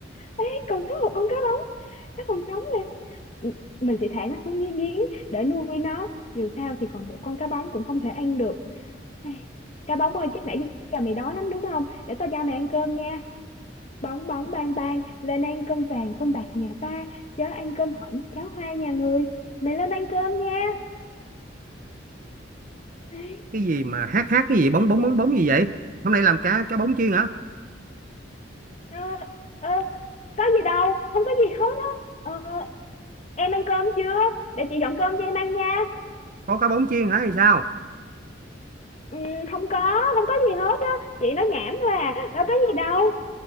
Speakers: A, on the left; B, on the right.
A: ấy còn sống một con cá bóng nó còn sống nè M- mình sẽ thả nó xuống dưới giếng để nuôi nó dù sao thì còn một con cá bóng cũng không thể ăn được Ai, cá bóng ơi chắc nãy giờ mày đói lắm đúng không để tao cho mày ăn cơm nha bóng bóng bang bang lên ăn cơm vàng cơm bạc nhà ta chớ ăn cơm hỏng cháo hoa nhà người mày lên ăn cơm nha Ai,
B: cái gì mà hát hát cái gì bóng bóng
A: trời
B: bóng bóng gì vậy hôm nay làm cá cá bóng chiên hả
A: Ờ, ờ, có gì đâu không có gì hết á Ờ, em ăn cơm chưa để chị dọn cơm cho em ăn nha
B: có cá bóng chiên hả thì sao
A: ừ, không có không có gì hết á chị nói nhảm thôi à đâu có gì đâu